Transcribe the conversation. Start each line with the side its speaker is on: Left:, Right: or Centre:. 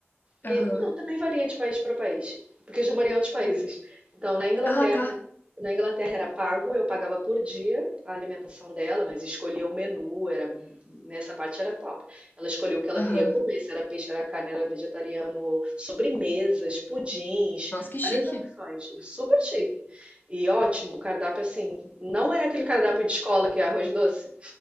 Left: Aham.
Right: e, não, também varia de país para país, porque eu já morei em outros países. Então, na Inglaterra,
Left: Ah, tá.
Right: na Inglaterra era pago, eu pagava por dia a alimentação dela, mas escolhia o menu, era nessa parte era top. Ela escolhia o que ela
Left: Aham.
Right: queria comer, se era peixe, era carne, era vegetariano, sobremesas, pudins,
Left: Nossa, que chique.
Right: várias opções, super chique. E ótimo, cardápio assim, não é aquele cardápio de escola que é arroz doce,